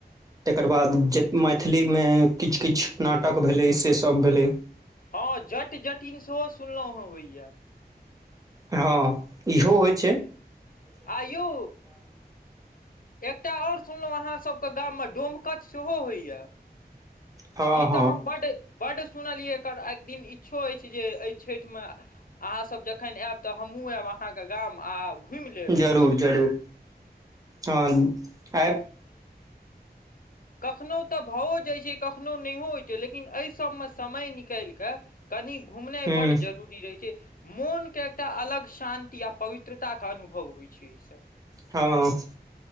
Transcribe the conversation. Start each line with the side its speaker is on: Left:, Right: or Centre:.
Right: तकर बाद जे मैथिलीमें किछु किछु नाटक भेलै से सब भेलै
Left: हँ जट जटिन सेहो सुनलहुँ हँ होइए
Right: हँ इहो होइ छइ
Left: आयो एकटा ओर सुनलहुँ अहाँ सभके गाममे डोमकछ सेहो होइया
Right: हँ
Left: इ
Right: हँ
Left: तऽ हम बड बड्ड सुनलियै एकर एक दिन इच्छो अछि जे एहि छैठ में अहाँ सब जखन एब तऽ हमहुँ आयब अहाँ के गाम आ घुमि ले हमल
Right: जरूर जरूर हँ आब
Left: कखनहुँ तऽ भओओ जाइत छै कखनो नहिओ होइत छै लेकिन एहि सभमे समय निकाल कऽ कनि घुमनाइ
Right: हूँ
Left: बड्ड जरुरी रहै छै मोन के एकटा अलग शान्ति आ पवित्रता के अनुभव होइ छै अच सब
Right: हं